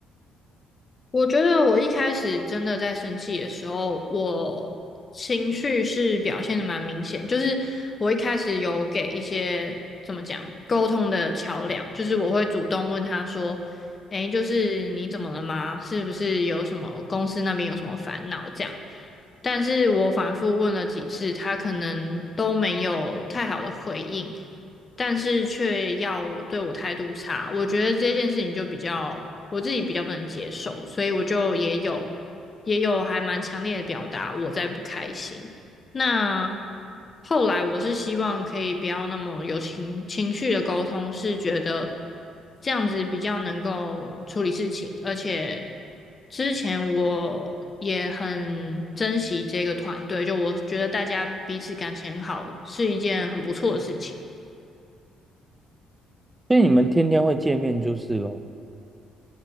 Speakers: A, on the left (about 30°); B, on the right (about 15°).
A: 我觉得我一开始真的在生气的时候，我情绪是表现的蛮明显，就是我一开始有给一些怎么讲沟通的桥梁，就是我会主动问他说：“诶，就是你怎么了吗？是不是有什么公司那边有什么烦恼这样？”但是我反复问了几次，他可能都没有太好的回应。但是却要对我态度差，我觉得这件事情就比较我自己比较不能接受，所以我就也有也有还蛮强烈的表达我在不开心。那后来我是希望可以不要那么有情情绪的沟通，是觉得这样子比较能够处理事情，而且之前我也很珍惜这个团队，就我觉得大家彼此感情很好是一件很不错的事情。
B: 所以你们天天会见面就是咯，